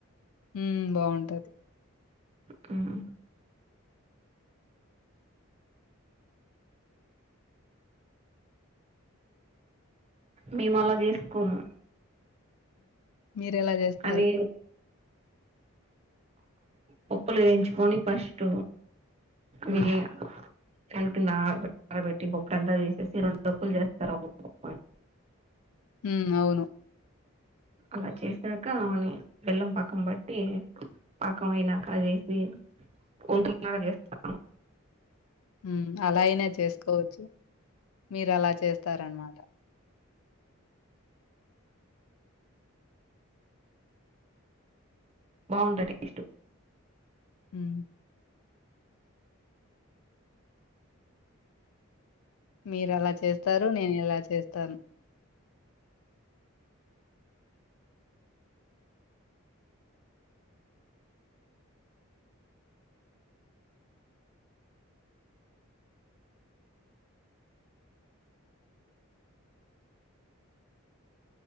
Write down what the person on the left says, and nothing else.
హ్మ్ బాగుంటది.
మీర ఎలా చేస్తారు?
హ్మ్.
ఉమ్ అవును
ఉమ్ అలా అయినా చేసుకోవచ్చు మీరు అలా చేస్తారనమాట
హ్మ్ మీరు అలా చేస్తారు నేను ఇలా చేస్తాను.